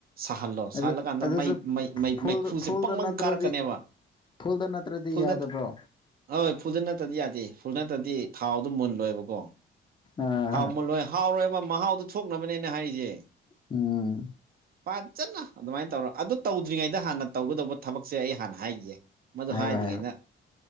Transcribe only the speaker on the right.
ꯁꯥꯍꯜꯂꯣ
ꯁꯥꯍꯜꯂ ꯀꯥꯟꯗ
ꯃꯩꯩꯩ
ꯃꯩꯈꯨꯁꯦ
ꯄꯪꯃꯪ
ꯀꯥꯔꯛ ꯀꯅꯦꯕ
ꯐꯨꯜ
ꯍꯣꯏ ꯐꯨꯜꯗ ꯅꯠꯇꯗꯤ ꯌꯥꯗꯦ ꯐꯨꯜ ꯅꯠꯇ꯭ꯔꯗꯤ ꯊꯥꯎꯗꯝ ꯃꯨꯜꯂꯣꯏꯕ ꯀꯣ
ꯍꯥꯎꯃꯜꯂꯣꯏ ꯍꯥꯎꯔꯣꯏꯕ ꯃꯍꯥꯎꯗꯨꯣ ꯊꯣꯛꯅꯕꯅꯦꯅ ꯍꯥꯏꯔꯤꯁꯦ
ꯄꯖꯅ ꯑꯗꯨꯃꯥꯏꯅ ꯇꯧꯔ ꯑꯗꯨ ꯇꯧꯗ꯭ꯔꯤꯉꯩꯗ ꯍꯥꯟꯅ ꯇꯧꯒꯗꯧꯕ ꯊꯕꯛꯁꯦ ꯑꯩ ꯍꯥꯟꯅ ꯍꯥꯏꯒꯤꯒꯦ ꯃꯗꯨ
ꯍꯥꯏꯗ꯭ꯔꯤꯉꯩꯩꯅ